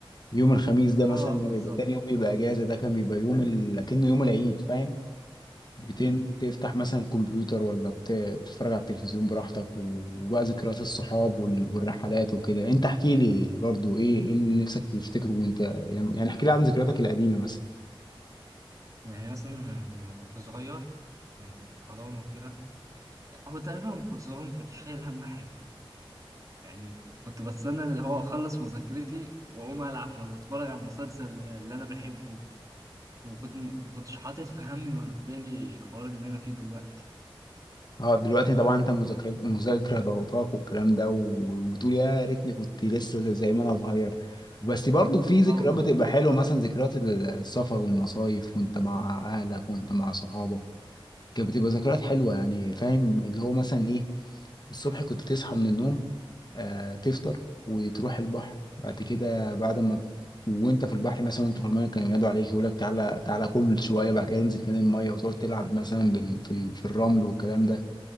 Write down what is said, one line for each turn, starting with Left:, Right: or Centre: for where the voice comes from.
Left: يوم الخميس ده مثلا
Right: اه
Left: لما
Right: بالظبط
Left: يبقى تاني يوم بيبقى اجازه ده كان بيبقى يوم ال... كأنه يوم العيد فاهم بتن...
Right: امم
Left: تفتح مثلا الكمبيوتر ولا بت... تتفرج على التلفزيون براحتك وبقى ذكريات الصحاب وال... والرحلات وكده انت احكي لي برضو ايه ايه اللي نفسك تفتكره وانت يعني يعني احكي لي عن ذكرياتك القديمه مثلا
Right: يعني مثلا أنا لما كنت صغير لما كنت في حضانة وكده هو تقريبا لما كنت صغير ما كنتش شايل هم حاجة يعني كنت بستنى اللي هو أخلص مذاكرتي وأقوم ألعب ولا أتفرج على المسلسل اللي أنا بحبه كنت كنت- ما كنتش حاطط في همي ولا في بالي الحوار اللي أنا فيه دلوقتي
Left: اه دلوقتي طبعا انت المذاكره المذاكره ضغطاك والكلام ده و- وتقول يا ريتني كنت لسه زي زي ما انا صغير بس برضو في ذكريات
Right: اه والله
Left: بتبقى حلوه مثلا ذكريات السفر والمصايف وانت مع اهلك وانت مع صحابك كانت بتبقى ذكريات حلوه يعني فاهم اللي هو مثلا ايه الصبح كنت تصحى من النوم آه تفطر وتروح البحر بعد كده بعد ما وانت في البحر مثلا وانت في الميه كانوا ينادوا عليك يقول لك تعالى تعالى كل شويه بعد كده انزل تاني الميه وتقعد تلعب مثلا بال... في... في الرمل والكلام ده